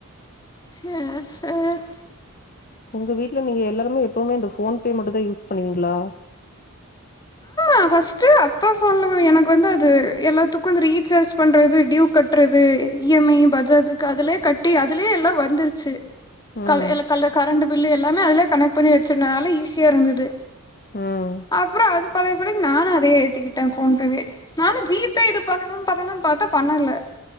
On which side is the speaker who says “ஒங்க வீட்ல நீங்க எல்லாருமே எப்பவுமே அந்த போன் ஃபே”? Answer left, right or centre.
Left